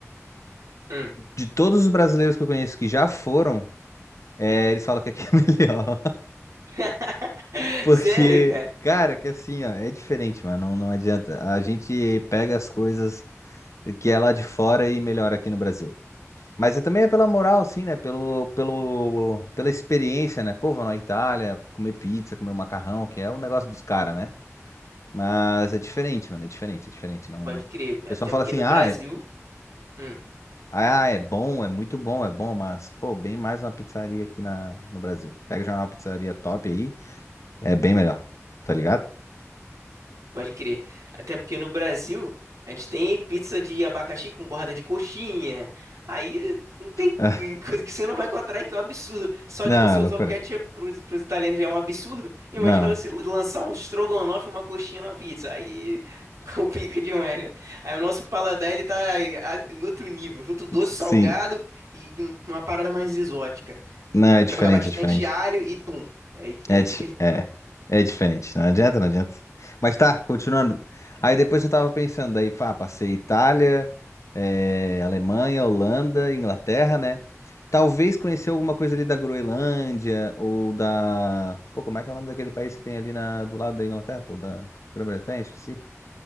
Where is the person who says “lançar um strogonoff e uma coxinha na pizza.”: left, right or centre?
Right